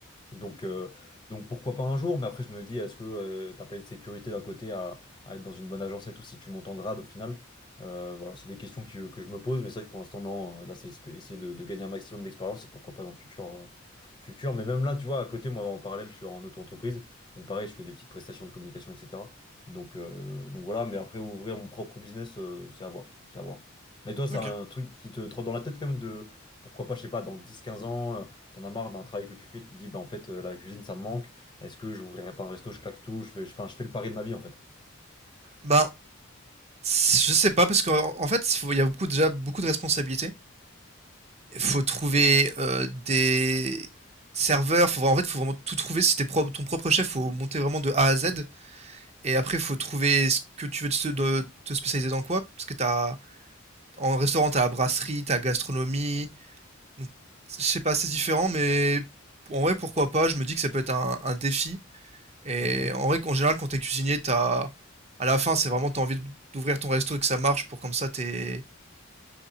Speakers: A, on the left; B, on the right.
A: Donc, euh, donc pourquoi pas un jour, mais après je me dis, est-ce que euh, t'as pas une sécurité d'un côté à, à être dans une bonne agence et tout si tu montes en grade au final? Euh, voilà, c'est des questions qui- euh, que je me pose, mais c'est vrai que pour l'instant, non, euh, là c'est esp- essayer de, de gagner un maximum d'expérience et pourquoi pas dans le futur, euh, futur. Mais même là, tu vois, à côté, moi en parallèle, je suis en auto-entreprise où pareil, je fais des petites prestations de communication, etc. Donc, euh, donc voilà, mais après ouvrir mon propre business, euh, c'est à voir, c'est à voir. Mais toi, c'est
B: OK.
A: un truc qui te trotte dans la tête quand même de pourquoi pas, je sais pas, dans dix, quinze ans. T'en as marre d'un travail que tu fais, tu te dis, bah en fait, euh, la cuisine, ça me manque. Est-ce que j'ouvrirai pas un resto, je claque tout, je fais, je, enfin, je fais le pari de ma vie, en fait.
B: Ben, je sais pas parce qu'en en fait, faut il y a beaucoup déjà beaucoup de responsabilités. Il Faut trouver, heu, des serveurs, faut vra- en fait, faut vraiment tout trouver. Si tu es ton propre chef, faut monter vraiment de A à Z Et après, il faut trouver ce que tu veux te, de- te spécialiser dans quoi. Parce que t'as, en restaurant, tu as la brasserie, tu as la gastronomie. Donc, je sais pas, c'est différent, mais en vrai, pourquoi pas? Je me dis que ça peut être un, un défi. Et
A: Mhm.
B: en vrai, qu'en général, quand tu es cuisinier, t'as, à la fin, c'est vraiment, tu as envie d'ouvrir ton resto et que ça marche pour comme ça, tu es,